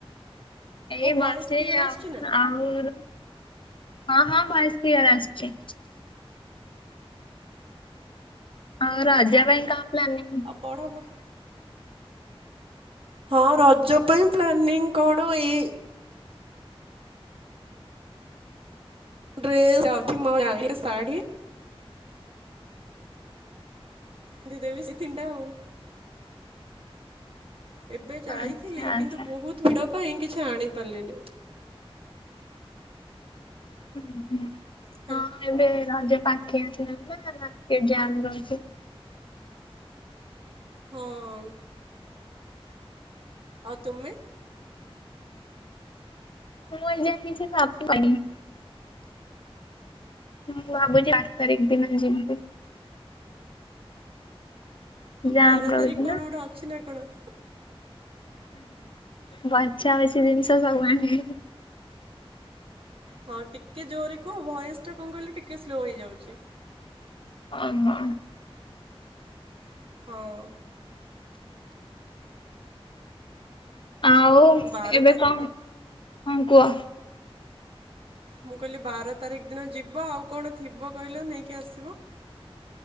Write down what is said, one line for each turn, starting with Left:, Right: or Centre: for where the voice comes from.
Left: ଏଇ
Right: ମୋ
Left: ବସିଛି
Right: ଭଏସ୍ କ୍ଲିଅର୍
Left: ଆଉ
Right: ଆସୁଛି ନା?
Left: ଆଉ ହଁ ହଁ ଭଏସ କ୍ଲିୟର ଆସୁଛି ଆଉ ରାଜା ପାଇଁ କଣ ପ୍ଲାନିଂ
Right: ଆଉ ପଢ ବ ହଁ ରଜ ପାଇଁ ପ୍ଲାନିଂ କଣ ଏଇ ଡ୍ରେସ ଯାଉଛି ମୋ ଲାଗି ଶାଢୀ ପିନ୍ଧିଦେବି ସେ ତିନିଟା ଆଉ ଏବେ ଯାଇଥିଲି
Left: ଆଚ୍ଛା ଆଚ୍ଛା
Right: କିନ୍ତୁ ବହୁତ ଭିଡ଼ ପାଇଁ କିଛି ଆଣି ପାରିଲିନି
Left: ହୁଁ ହୁଁ
Right: ହେଲ୍
Left: ଏବେ ରଜ ପାଖେଇ ଆସିଲାଣିନା ନା ଟିକେ ଜାମ ରହିଛି
Right: ହଁ ଆଉ ତୁମେ
Left: ମୁଁ ଏଯାଏ କିଛି ସପ କରିନି ମୁଁ ଭାବୁଛି ଆଠ ତାରିଖ ଦିନ ଯିବି ଜାମ୍
Right: ବାର
Left: ରହୁଛି
Right: ତାରିଖ କଣ
Left: ନା
Right: ଗୋଟେ ଅଛି ନା କଣ
Left: ବଛା ବଛି ଜିନିଷ ସବୁ ଆଣିବି
Right: ହଁ ଟିକିଏ ଜୋରେ କୁହ ଭଏସ କଣ କହିଲ ଟିକେ ସ୍ଲୋ ହେଇଯାଉଛି
Left: ହଉ ହଉ
Right: ହଁ
Left: ଆଉ
Right: ବାର
Left: ଏବେ
Right: ତାରିଖ
Left: କଣ ହଁ କୁହ।
Right: ମୁଁ କହିଲି ବାର ତାରିଖ ଦିନ ଯିବ ଆଉ କଣ ଥିବ କହିଲ ନେଇକି ଆସିବ।